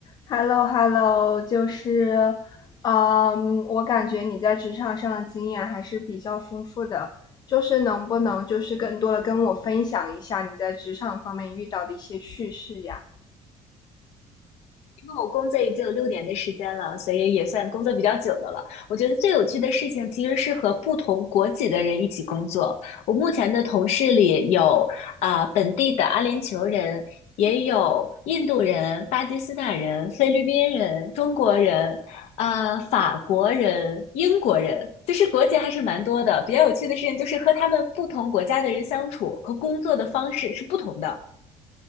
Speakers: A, on the left; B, on the left.
A: h e l l o h e l l o 就是，嗯，我感觉你在职场上的经验还是比较丰富的，就是能不能就是更多的跟我分享一下你在职场方面遇到的一些趣事呀？
B: 因为我工作已经有六年的时间了，所以也算工作比较久的了。我觉得最有趣的事情其实是和不同国籍的人一起工作。我目前的同事里有啊、呃本地的阿联酋人，也有印度人、巴基斯坦人、菲律宾人、中国人、呃法国人、英国人，就是国籍还是蛮多的。比较有趣的事情就是和他们不同国家的人相处和工作的方式是不同的。